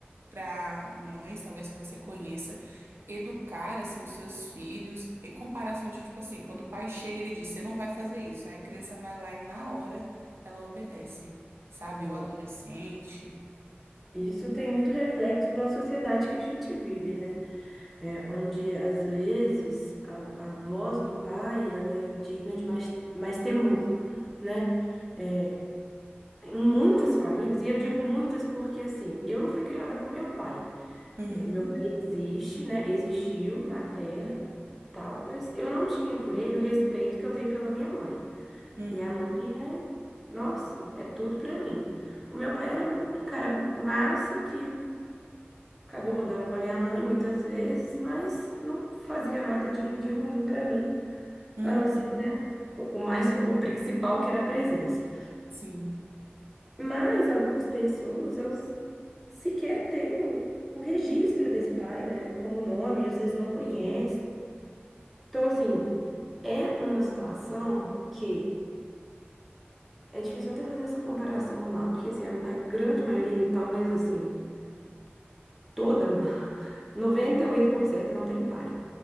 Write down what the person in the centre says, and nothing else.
Hum.
Isso tem muito reflexo da sociedade que a gente vive, né? É, onde às vezes a, a voz do pai ela é digna de mais, mais temor, né? É, em muitas famílias, e eu digo muitas porque assim, eu não fui criada com meu pai.
É, meu pai existe, né? Existiu na Terra, tal, mas eu não tinha por ele o respeito que eu tenho pela minha mãe.
Minha mãe é, nossa, é tudo pra mim. O meu pai era um cara massa que Acabou rodando com a minha mãe muitas vezes, mas não fazia nada de, de ruim para mim,
a não ser, né, o o mais <laughs> o principal que era a presença.
Mas algumas pessoas, elas sequer têm o, o registro desse pai, né, como nome, às vezes não conhece.
Então, assim, é uma situação que é difícil até fazer essa comparação lá, porque assim, a, a grande maioria, talvez assim, toda <laughs> 98% não tem pai.